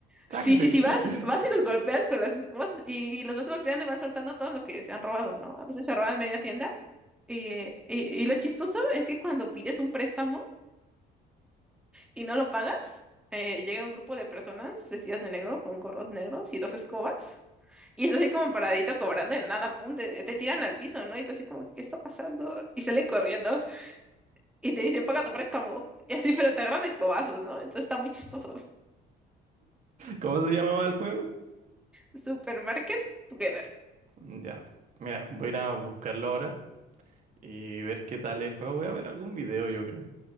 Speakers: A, on the right; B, in the centre.
A: sáquese.
B: Sí, sí, sí, vas,
A: <laughs>
B: vas y los golpeas con las escobas y, y los vas golpeando y vas saltando todo lo que se han robado, ¿no? A veces se roban media tienda. Y, eh, y, y lo chistoso es que cuando pides un préstamo y no lo pagas, eh, llega un grupo de personas vestidas de negro con gorros negros y dos escobas Y está así como paradito cobrando y de nada, pum, te, te tiran al piso, ¿no? Y tú así como, ¿qué está pasando? Y salen corriendo y te dicen, paga tu préstamo. Y así, pero te agarran a escobazos, ¿no? Entonces está muy chistoso.
A: ¿Cómo se llamaba el juego?
B: Supermarket Together.
A: Mm, Ya, mira, voy a ir a buscarlo ahora y ver qué tal el juego. Voy a ver algún video, yo creo.